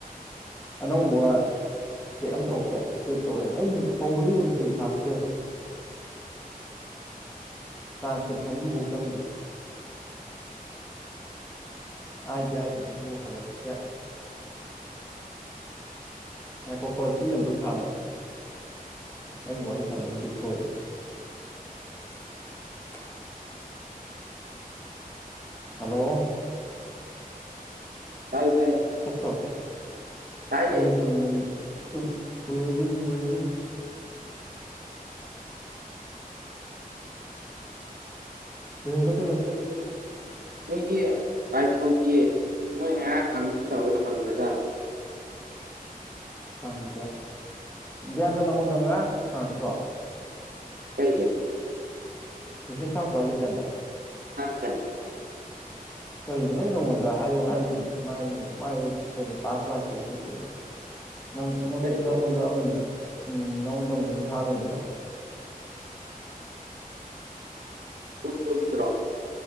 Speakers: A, on the left (about 15°); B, on the right (about 80°).
A: ꯑꯅꯧꯕ ꯆꯦꯛ ꯑꯃ ꯇꯧꯔꯛꯇꯦ ꯆꯦꯛ ꯇꯧꯔꯛꯑꯦ ꯑꯩ ꯍꯧꯕꯗꯩꯩ ꯍꯧꯅꯥ ꯆꯦꯛ ꯊꯥꯔꯛꯇ꯭ꯔꯦꯕ ꯇ꯭ꯔꯥꯟꯁꯀ꯭ꯔꯤꯞꯁꯟꯒꯤꯐꯧ ꯆꯪꯗꯦ ꯍꯥꯏꯗꯤ ꯍꯥꯏꯒꯤꯕꯅꯦ ꯑꯗꯨꯕꯨ ꯍꯜꯂꯛꯇꯦ ꯉꯥꯏꯈꯣꯀꯣ ꯁꯤ ꯑꯝꯇ ꯁꯥꯟꯅ ꯑꯩꯅꯥ ꯋꯥꯔꯤ ꯁꯥꯟꯅꯏꯁꯦ ꯁꯣꯏꯔꯦ ꯎꯝ <unintelligible> ꯍꯜꯂꯣ
B: ꯇꯥꯏꯌꯦ ꯇꯥꯏ
A: ꯇꯥꯠꯈ꯭ꯔꯥꯕꯣ
B: ꯇꯥꯏꯌꯦ
A: ꯑꯩꯗꯤ ꯆꯨꯝꯅꯩ ꯆ <unintelligible> ꯆꯨꯝꯃꯥꯕꯣꯏ ꯅꯤꯡꯉꯨꯔꯦꯅꯦ <unintelligible>
B: ꯃ <unintelligible> ꯅꯣꯏꯒꯤ ꯄꯥꯏꯊꯣꯟꯒꯤ ꯃꯣꯏ ꯉꯥꯡ ꯍꯪꯉꯤ ꯇꯧꯔꯒ ꯍꯪꯗꯖꯥꯠꯂꯣ
A: ꯈꯪꯗꯦ ꯗꯥꯌꯥꯟꯗꯣ ꯅꯪꯉꯣꯟꯗ ꯉꯔꯥꯡ ꯍꯪꯉꯛꯇ꯭ꯔꯣ
B: ꯀꯩꯒꯤ
A: ꯃꯦꯁꯦꯁ ꯊꯥꯔꯛꯇꯔꯣ ꯍꯥꯏꯁꯦ ꯗꯥꯌꯥꯟꯗꯥ
B: ꯊꯔꯛ ꯇꯦ
A: ꯀꯩꯅꯣ ꯑꯩ ꯅꯉꯣꯟꯗ ꯍꯥꯏꯌꯨ ꯍꯥꯏꯈꯤꯕꯅꯤ ꯃꯥꯏ ꯃꯥꯏ ꯀꯩꯅꯣ ꯇꯥꯛ꯭ꯁ ꯂꯥꯛꯇꯦ ꯈꯣꯠꯇꯦꯅ ꯪ
B: ꯀꯔꯤꯒꯤ
A: ꯅꯪꯉꯣꯟꯗ ꯑꯃ ꯎ ꯅꯪꯉꯣꯟꯗ ꯑꯃ ꯂꯤꯟ꯭ꯛ ꯊꯥ ꯂꯩꯗꯅ
B: ꯐꯠꯕꯣꯜꯒꯤꯗꯨꯔꯥ